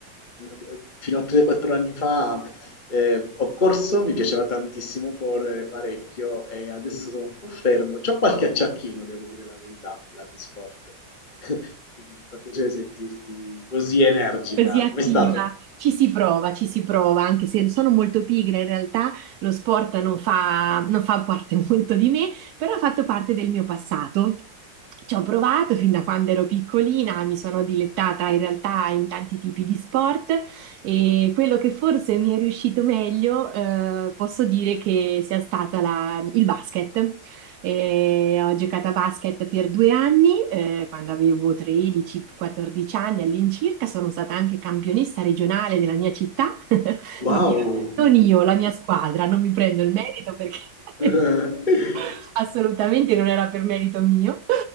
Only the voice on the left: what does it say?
eh, fino a 3-4 anni fa, eh, ho corso, mi piaceva tantissimo correre parecchio e adesso sono un po' fermo. C'ho qualche acciacchino, devo dire la verità, lato sport. <laughs> Quindi mi fa piacere sentirti così energica.
Com'è stato?
Wow!
<laughs> <laughs>